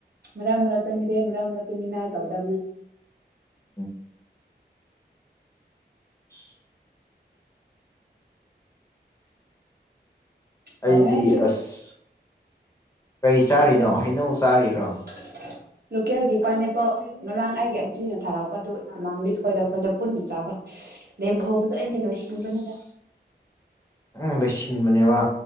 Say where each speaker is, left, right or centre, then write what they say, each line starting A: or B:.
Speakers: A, on the right; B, on the left.
A: ꯃꯔꯛ ꯃꯔꯠꯇꯥ ꯃꯤꯔꯦꯝ ꯃꯔꯛ ꯃꯔꯛꯇꯥ ꯃꯤꯅꯥꯏ ꯇꯧꯗꯝꯅꯤ
B: ꯎꯝ <inaudible>
A: ꯍꯥꯎꯋꯦꯍꯦ
B: ꯑꯩꯗꯤ
A: ꯁꯤ
B: ꯑꯁ ꯀꯩ ꯆꯥꯔꯤꯅꯣ
A: ꯀꯨꯀꯤ
B: ꯍꯩꯅꯧ ꯆꯥꯔꯤꯔꯣ
A: <unintelligible> ꯂꯣꯀꯦꯜꯒꯤ ꯄꯥꯏꯅꯦꯄꯜ ꯉꯔꯥꯡ ꯑꯩꯒꯤ ꯑꯟꯇꯤꯅ ꯊꯥꯔꯛꯄꯗꯨ ꯏꯃꯥꯟꯕꯤꯈꯣꯏꯗ ꯑꯩꯈꯣꯏꯗ ꯄꯨꯟꯅ ꯆꯥꯕ ꯂꯦꯝꯍꯧꯕꯗꯣ ꯑꯩꯅ
B: ꯑꯁ
A: ꯂꯣꯏꯁꯤꯟꯕꯅꯤꯗ
B: ꯅꯪꯅ ꯂꯩꯁꯤꯟꯕꯅꯦꯕ